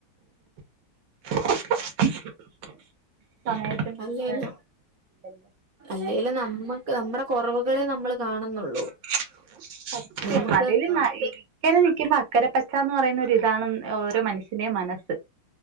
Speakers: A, on the right (about 80°); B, on the right (about 60°).
A: <unintelligible>
B: അല്ലേലും അല്ലേലും നമ്മക്ക് നമ്മടെ വെബ കൊറവുകളെ നമ്മൾ കാണുന്നുള്ളൂ
A: <unintelligible>
B: നമുക്ക്
A: ഇക്കരെ നിക്കുമ്പോ അക്കരപ്പച്ചാന്ന് പറയുന്നൊരു ഇതാണ് ഓരോ മനുഷ്യന്റെയും മനസ്സ്